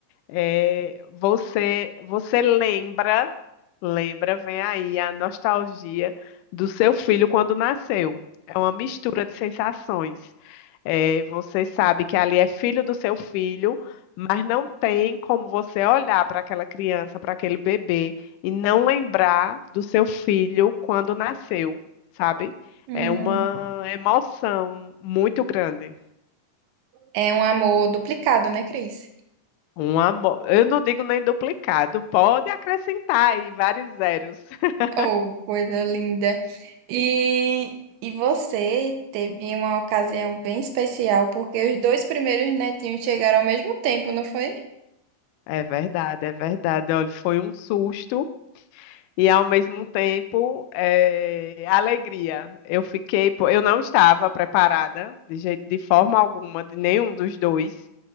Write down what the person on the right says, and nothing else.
Hum,
é um amor duplicado, né, Cris?
Oh, coisa linda. E, e você teve uma ocasião bem especial, porque os dois primeiros netinhos chegaram ao mesmo tempo, não foi?